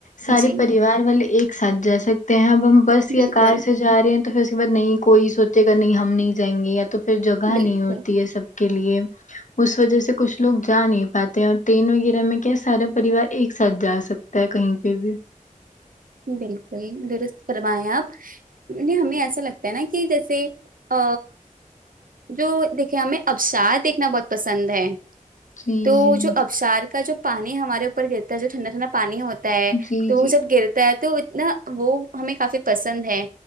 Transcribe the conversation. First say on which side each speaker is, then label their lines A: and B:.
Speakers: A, on the left; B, on the right.
A: سارے
B: جی
A: پریوار والے ایک ساتھ جا سکتے ہیں اب ہم بس یا
B: بالکل
A: کار سے جا رہے ہیں تو پھر اس کے بعد نہیں کوئی سوچے گا نہیں ہم نہیں جائیں گے یا تو پھر جگہ
B: بالکل
A: نہیں ہوتی ہے سب کے لیے اس وجہ سے کچھ لوگ جا نہیں پاتے اور ٹرین وغیرہ میں کیا سارا پریوار ایک ساتھ جا سکتا ہے کہیں پہ بھی
B: بالکل درست فرمائیں آپ نیی نیی ہمیں ایسا لگتا ہے نا کہ جیسے آ جو دیکھے ہمیں ابشار دیکھنا بہت پسند ہے
A: جی،
B: تو
A: جی،
B: جو ابشار کا جو پانی ہمارے اوپر گرتا ہے جو ٹھنڈا ٹھنڈا پانی ہمیں تا ہے
A: جی،
B: تو
A: جی۔
B: وہ جب گرتا ہے تو اتنا وہ ہمیں کافی پسند ہے